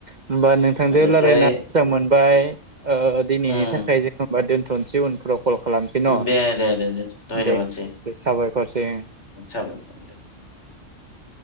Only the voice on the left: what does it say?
बेनिफ्राय
उम
दे दे दे दे धन्यबादसै
<unintelligible>